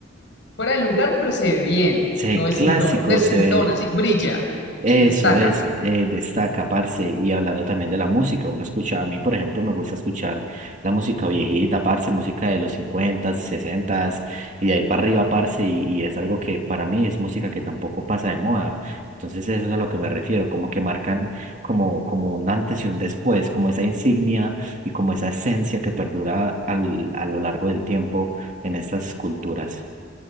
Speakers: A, on the left; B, on the right.
A: fuera del lugar, pero se ve bien,
B: Se ve
A: no desentona,
B: clásico,
A: desentona,
B: se ve
A: sí, brilla,
B: Eso,
A: destaca.
B: eso, eh, destaca, parce, y hablando también de la música, uno escucha, a mí, por ejemplo, me gusta escuchar la música viejita, parce, música de los 50, 60 y de ahí para arriba, parce, y, y es algo que para mí es música que tampoco pasa de moda. Entonces, eso es a lo que me refiero, como que marcan como, como un antes y un después, como esa insignia y como esa esencia que perdura al, a lo largo del tiempo en estas culturas.